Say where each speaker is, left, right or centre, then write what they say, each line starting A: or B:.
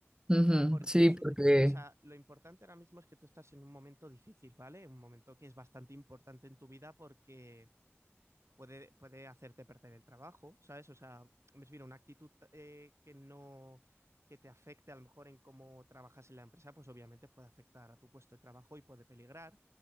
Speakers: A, on the right; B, on the right.
A: Ujú,
B: porque
A: Sí,
B: es un,
A: porque,
B: o sea, lo importante ahora mismo es que tú estás en un momento difícil, ¿vale? Un momento que es bastante importante en tu vida porque puede, puede hacerte perder el trabajo, ¿sabes? O sea, me refiero a una actitud eh, que no que te afecte a lo mejor en cómo trabajas en la empresa, pues obviamente puede afectar a tu puesto de trabajo y puede peligrar,